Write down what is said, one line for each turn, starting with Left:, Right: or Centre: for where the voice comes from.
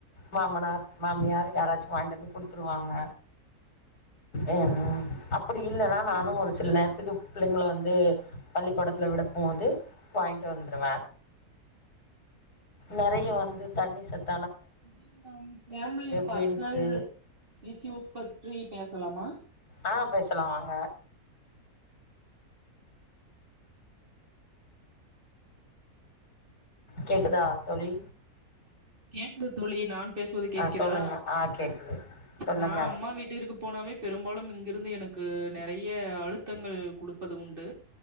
Left: மாமனார் மாமியாரு யாராச்சு வாய்ன்ட்வந்து குடுத்துருவாங்க அஹ் அப்புடி இல்லனா நானு ஒரு சில நேர்த்துக்கு பிள்ளைங்ள வந்து பள்ளிகோடத்துல விடப்போது வாய்ன்ட்வந்ருவ நெறைய வந்து தண்ணி சத்
Right: இதில் நம் ஃபேம்லி பர்ஸ்னல்
Left: பீன்ஸு
Right: இஸ்யூஸ் பற்றி பேசலாமா
Left: ஆஹ் பேசலா வாங்க கேக்குதா தோழி
Right: கேக்குது தோழி நான் பேசுவது கேட்கிறதா
Left: ஆ சொல்லுங்க ஆ கேக்குது சொல்லுங்க
Right: நா அம்மா வீட்டிறுகு போனாவே பெரும்பாலும் இங்கிருந்து எனக் கூ நெறைய அழுத்தங்கள் குடுப்பது உண்டு